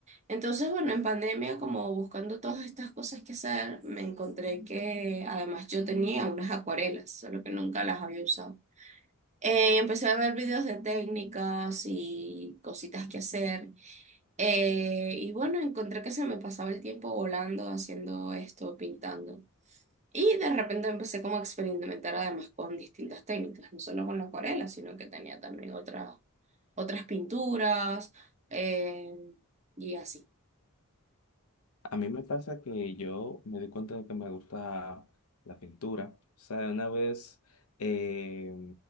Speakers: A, on the right; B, on the left.
A: Entonces, bueno, en pandemia, como buscando todas estas cosas que hacer, me encontré que además yo tenía unas acuarelas, solo que nunca las había usado. Eh, empecé a ver videos de técnicas y cositas que hacer. Eh, y bueno, encontré que se me pasaba el tiempo volando, haciendo esto, pintando. Y de repente empecé como a experimentar además con distintas técnicas, no solo con la acuarela, sino que tenía también otras, otras pinturas eh, y así.
B: A mí me pasa que yo me di cuenta de que me gusta la pintura. O sea, una vez eh,